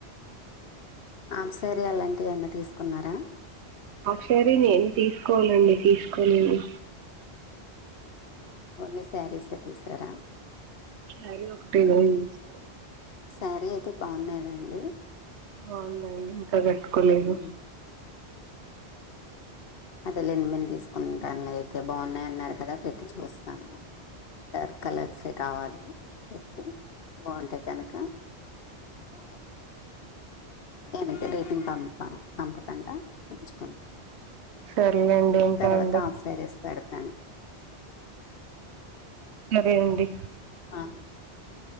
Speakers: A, on the left; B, on the right.
A: ఆంప్సేరి అలాంటివివన్న తీసుకున్నారా
B: ఆసారి నేను తీసుకోవాలండి తీసుకోలేను
A: ఓన్లీ శారీస్ తీసారా
B: సరే ఒకటి తీసుకో
A: సారీ అయితే బాగున్నాదండి
B: అవుందండి తగట్కలేదు
A: ఉమ్, అదే లేని మను తీసుకుంటాను లే అయితే బాగున్నాయన్నారు కదా పెట్టి చూస్తాను డార్క్ కలర్సే కావాలి ఎట్టి బాగుంటాయి కనక ఆ నేనైతే రేటింగ్ పంపా పంపకుండా ఉంచుకుంటా
B: సరేలేండి ఉంటా
A: తర్వాత
B: అండి
A: ఆఫ్ సారీస్ పెడ్ తన్
B: మరే అండి
A: ఆ